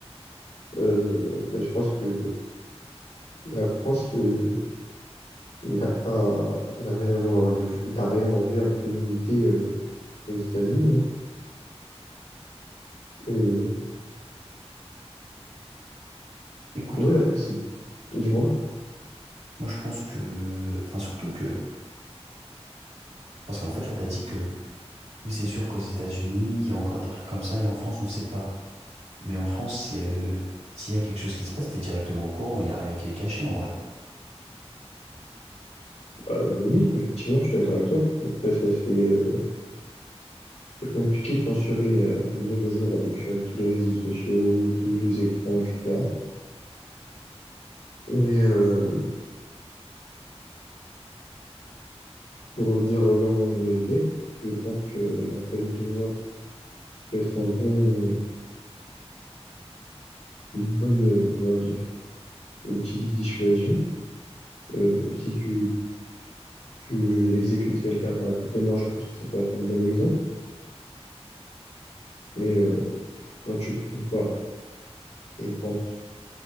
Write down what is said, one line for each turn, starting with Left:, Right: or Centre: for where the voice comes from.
Left: Euh, mais je pense que la France euh, n'a pas, n'a rien, enlevé- n'a rien envie en criminalité euh, aux États-Unis. hein. Et euh,
Right: Écoute,
Left: oui, après, c'est, dis-moi.
Right: moi je pense que, enfin surtout que, parce qu'en fait là, t'as dit que oui, c'est sûr qu'aux États-Unis, il y a encore des trucs comme ça, et en France, on sait pas. Mais en France, si, euh, s'il y a quelque chose qui se passe, t'es directement au courant, il y a rien qui est caché en vrai.
Left: Euh, oui, effectivement, je suis d'accord avec toi. Après, ça, c'est euh, c'est compliqué de censurer euh, de nos jours avec euh, tous les réseaux sociaux, tous les écrans, etc. Mais euh, pour revenir là où on en était, je pense que la peine de mort peut être un bon, une bonne, euh, comment dire, outil de dissuasion. Euh, si tu, tu exécutes quelqu'un par la peine de mort, je pense que ça peut être un bon exemple. Mais euh, quand tu compares, je pense,